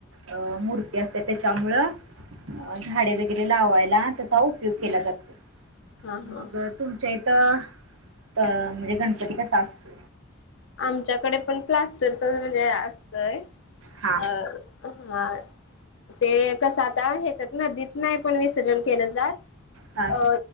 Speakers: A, on the right; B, on the left.
A: अ मूर्ती असते त्याच्यामुळं अ झाडे वगैरे लावायला त्याचा उपयोग केला जातो.
B: हा हा
A: मग तुमच्या इथं अ म्हणजे गणपती कसा असतो.
B: आमच्याकडे पण प्लास्टरच म्हणजे अस तर
A: हा
B: अ <unintelligible> ते कसं आता ह्यच्यात नदीत नाही पण विसर्जन केलं जात
A: हा
B: अ